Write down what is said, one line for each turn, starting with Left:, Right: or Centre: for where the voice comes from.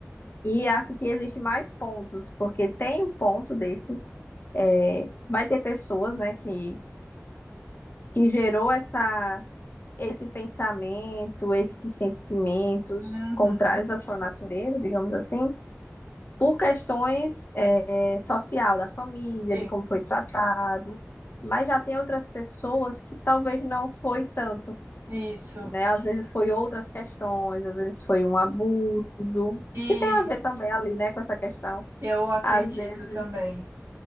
Left: e acho que existe mais pontos, porque tem o ponto desse, é, vai ter pessoas, né, que, que gerou essa esse pensamento, esses sentimentos
Right: Uhum.
Left: contrários à sua natureza, digamos assim, por questões é, social da família,
Right: Sim.
Left: de como foi tratado, mas já tem outras pessoas que talvez não foi tanto,
Right: Isso.
Left: né? Às vezes foi outras questões, às vezes foi um abuso,
Right: Isso.
Left: que tem a ver também ali, né, com essa questão.
Right: Eu acredito
Left: Às vezes
Right: também.